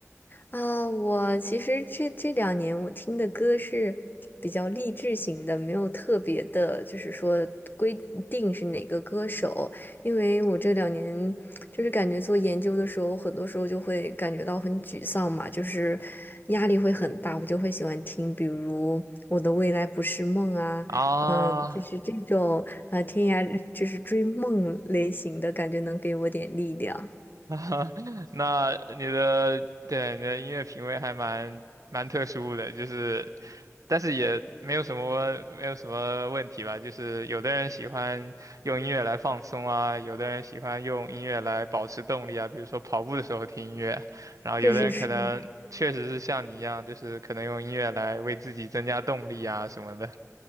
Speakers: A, on the left; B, on the right.
A: 啊，我其实这这两年我听的歌是比较励志型的，没有特别的，就是说规定是哪个歌手，因为我这两年就是感觉做研究的时候，很多时候就会感觉到很沮丧嘛，就是压力会很大，我就会喜欢听，比如《我的未来不是梦》啊，
B: 啊？啊，
A: 嗯，就是这种呃天涯就是追梦类型的感觉，能给我点力量。
B: <laughs> 那你的，对，你的音乐品味还蛮蛮特殊的，就是，但是也没有什么没有什么问题吧，就是有的人喜欢用音乐来放松啊，有的人喜欢用音乐来保持动力啊，比如说跑步的时候听音乐，然后有的人可能确实是像你一样，
A: 这是是。
B: 就是可能用音乐来为自己增加动力啊什么的。